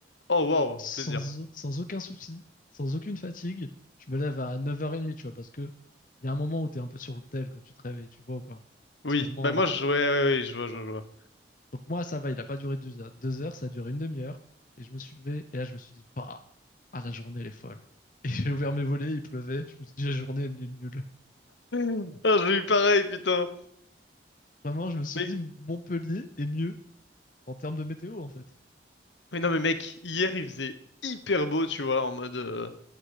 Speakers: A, on the left; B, on the left.
A: Oh, waouh,
B: sans,
A: plaisir.
B: au- sans aucun souci, sans aucune fatigue. Je me lève à 9h30, tu vois, parce que il y a un moment où tu es un peu sur le tel quand tu te réveilles, tu vois ou pas? C'est
A: Oui.
B: ce moment
A: Bah, moi,
B: où
A: je jouais, ouais, ouais, ouais, je vois, je vois, je vois.
B: Donc moi, ça va, il n'a pas duré deux heures. Deux heures, ça a duré une demi-heure. Et je me suis levé, et là, je me suis dit, bah, ah, la journée, elle est folle. <laughs> Et j'ai ouvert mes volets, il pleuvait. Je me suis dit, la journée, elle est nulle.
A: <clears throat> Ah, j'ai eu pareil, putain.
B: Vraiment, je me suis
A: Mais,
B: dit, Montpellier est mieux en termes de météo, en fait.
A: mais non, mais mec, hier, il faisait hyper beau, tu vois, en mode, euh,